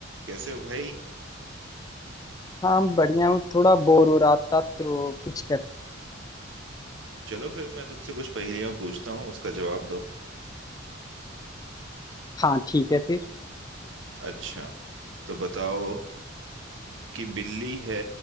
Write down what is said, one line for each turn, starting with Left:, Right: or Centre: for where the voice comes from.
Right: कैसे हो भाई
Left: हाँ बढ़िया हूँ थोड़ा बोर हो रहा था तो कुछ कर
Right: चलो फिर मैं तुमसे कुछ पहेलियां पूछता हूँ उसका जवाब दो
Left: हाँ ठीक है फिर
Right: अच्छा तो बताओ कि बिल्ली है